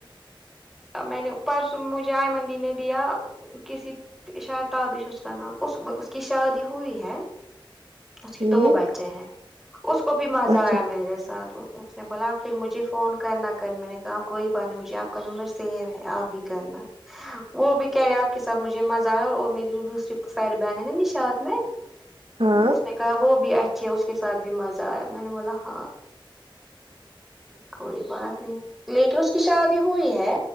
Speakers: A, in the centre; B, on the right.
A: میں نے پرسوں مجھے ائمن دی نے دیا کسی شاید تابش اس کا نام اس اس کی شادی ہوئی ہے اس کے دو
B: ہوں
A: بچے ہیں اس کو بھی مزہ آیا
B: اچھا
A: میرے ساتھ اس نے بولا پھر مجھے فون کرنا کر میں نے کہا کوئی بات نہیں مجھے آپ کا نمبر سیو ہے آپ بھی کرنا وہ بھی کہے آپ کے ساتھ مجھے مزہ آیا اور میری دوسری ساری بہن ہیں نا نشااد میں
B: ہاں
A: اس نے کہا وہ بھی اچھے اس کے ساتھ بھی مزہ آیا میں نے بولا ہاں کوئی بات نہیں لیکن اس کی شادی ہوئی ہے